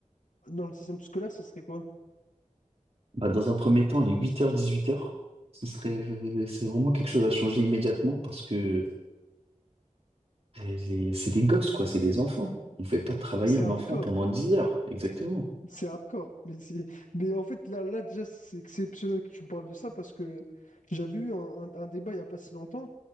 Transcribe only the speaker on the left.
dans le système scolaire, ça serait quoi?
C'est
hardcore,
c'est hardcore. Mais, c'est... mais en fait, là, là déjà, c'est exceptionnel que tu me parles de ça parce que j'avais eu un, un- un débat il n'y a pas si longtemps